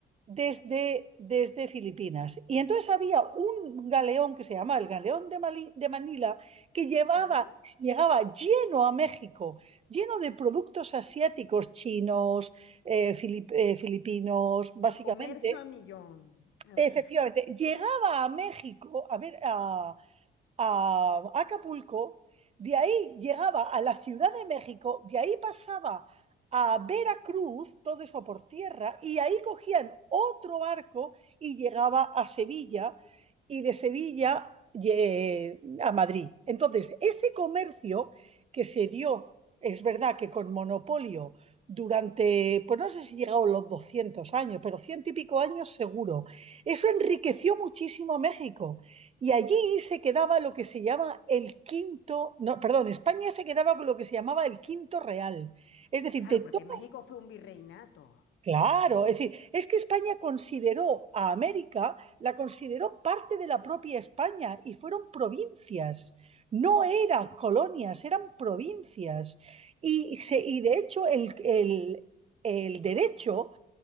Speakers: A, on the right; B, on the left.
A: desde, desde Filipinas. Y entonces había un galeón que se llamaba el galeón de, Mali, de Manila que llevaba,
B: Ajá.
A: llegaba lleno a México, lleno de productos asiáticos, chinos, eh, filip- eh, filipinos, básicamente.
B: El comercio a millón. Am,
A: Efectivamente,
B: <laughs>
A: llegaba a México, a ver, a, a Acapulco, de ahí llegaba a la Ciudad de México, de ahí pasaba a Veracruz, todo eso por tierra, y ahí cogían otro barco y llegaba a Sevilla y de Sevilla eh, a Madrid. Entonces, ese comercio que se dio, es verdad que con monopolio durante, pues no sé si llegaron los 200 años, pero ciento y pico años seguro, eso enriqueció muchísimo a México y allí se quedaba lo que se llama el quinto, no, perdón, España se quedaba con lo que se llamaba el quinto real. Es decir,
B: claro,
A: de todo,
B: porque México fue un virreinato.
A: claro, es decir, es que España consideró a América, la consideró parte de la propia España y fueron provincias. No eran colonias, eran provincias. Y, se, y de hecho el, el, el derecho